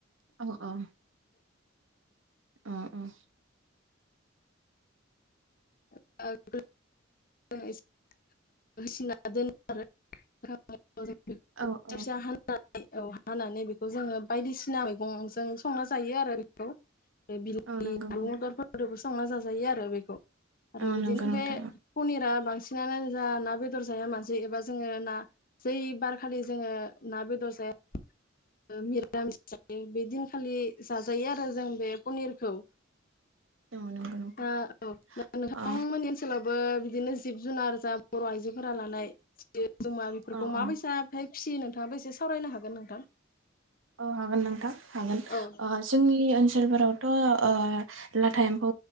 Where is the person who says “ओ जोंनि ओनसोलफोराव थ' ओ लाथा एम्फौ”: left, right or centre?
Right